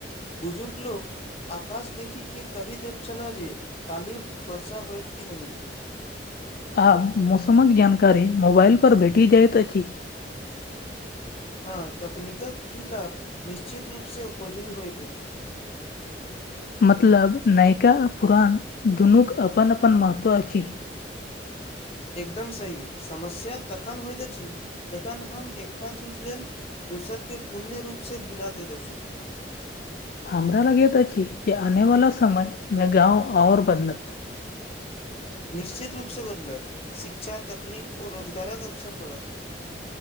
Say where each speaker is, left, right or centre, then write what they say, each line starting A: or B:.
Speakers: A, on the left (about 35°); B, on the left (about 55°).
A: बुजुर्ग लोक आकाश देखिके कहि दैत छलह जे काल्हि वर्षा होत कि नहि
B: आब मौसमक जानकारी मोबाइलपर भेटि जाइत अछि
A: हँ तकनीकक ई लाभ निश्चित रूपसँ उपयोगी होइत अछि
B: मतलब नयिका आ पुरान दुनूक अपन अपन महत्व अछि
A: एकदम सही समस्या तखन होइत अछि जखन हम एकटा चीज लेल दोसर के पुण्य रूप से भुला देैत अछि
B: हमरा ल यत अच जे आनेवला समय मे गाँव आओर बदलत
A: निश्चित रूपसँ बदलत शिक्षा तकनीक आर रोजगारक अवसर पड़त